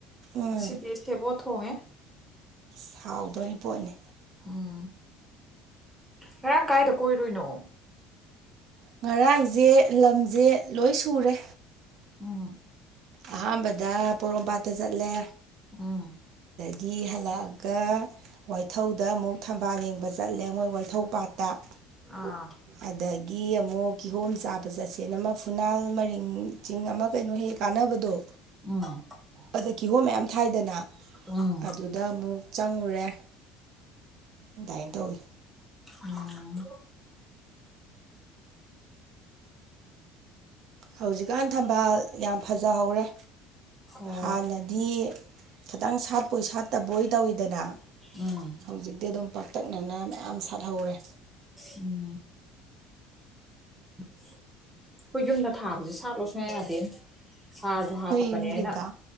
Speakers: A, on the right (about 50°); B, in the centre.
A: ꯎꯝ
B: ꯉꯁꯤꯗꯤ ꯁꯦꯕꯣꯠ ꯊꯣꯡꯉꯦ
A: ꯁꯥꯎꯗꯣꯔꯤꯕ ꯄꯣꯠꯅꯤ
B: ꯎꯝ ꯉꯔꯥꯡ ꯀꯥꯏꯗ ꯀꯣꯏꯔꯣꯏꯅꯣ
A: ꯉꯔꯥꯡꯁꯦ ꯂꯝꯁꯦ ꯂꯣꯏ ꯁꯨꯔꯦ
B: ꯎꯝ
A: ꯑꯍꯥꯟꯕꯗ ꯄꯣꯔꯣꯝꯄꯥꯠꯇ ꯆꯠꯂꯦ
B: ꯎꯃ
A: ꯒꯤ ꯍꯜꯂꯛꯑꯒ ꯋꯥꯏꯊꯧꯗ ꯑꯃꯨꯛ ꯊꯝꯕꯥꯜ ꯌꯦꯡꯕ ꯆꯠꯂꯦ ꯃꯣꯏ ꯋꯥꯏꯊꯧ ꯄꯥꯠ ꯇꯥꯛ
B: ꯑꯥ
A: ꯑꯗ ꯒꯤ ꯑꯃꯨꯛ ꯀꯤꯍꯣꯝ ꯆꯥꯕ ꯆꯠꯁꯦꯟ ꯑꯃ ꯐꯨꯅꯥꯜ ꯃꯔꯤꯡ ꯆꯤꯡ ꯑꯃ ꯀꯩꯅꯣ ꯍꯦꯛ ꯑꯗꯣ
B: ꯎꯝ
A: ꯑꯗ ꯀꯤꯍꯣꯝ ꯃꯌꯥꯝ ꯊꯥꯏꯗꯅ
B: ꯎꯝ
A: ꯑꯗꯨꯗ ꯑꯃꯨꯛ ꯆꯪꯉꯨꯔꯦ ꯑꯗꯨꯃꯥꯏꯅ ꯇꯧꯋꯤ
B: ꯎꯝ
A: ꯍꯧꯖꯤꯛꯀꯥꯟ ꯊꯝꯕꯥꯜ ꯌꯥꯝ ꯐꯖꯍꯧꯔꯦ
B: ꯑꯣ
A: ꯍꯥꯟꯅꯗꯤ ꯈꯤꯇꯪ ꯁꯥꯠꯄꯣꯏ ꯁꯥꯠꯇꯕꯣꯏ ꯇꯧꯋꯤꯗꯅ
B: ꯎꯝ
A: ꯍꯧꯖꯤꯛꯇꯤ ꯑꯗꯨꯝ ꯄꯥꯛꯇꯛꯅꯅ ꯃꯌꯥꯝ ꯊꯥꯠꯍꯧꯔꯦ
B: ꯎꯝ <unintelligible> ꯊꯥꯕꯁꯦ ꯁꯥꯠꯂꯣ ꯁꯨꯡꯌꯥ ꯌꯥꯗꯦꯅꯦ ꯍꯥꯔꯁꯨ ꯍꯥꯞꯄꯕꯅꯦ
A: ꯌꯟꯒꯤꯗ
B: ꯑꯩꯅ